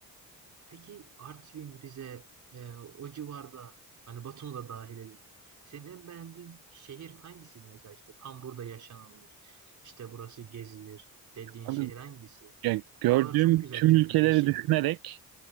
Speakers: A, on the right; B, on the right.
A: Peki Artvin, Rize, e, o civarda hani Batum'u da dahil edin. Senin en beğendiğin şehir hangisiydi mesela işte tam burada yaşanılır. işte burası gezilir dediğin
B: Abi,
A: şehir hangisi?
B: yani gördüğüm
A: Oralar çok güzel
B: tüm
A: çünkü
B: ülkeleri
A: yeşillik.
B: düşünerek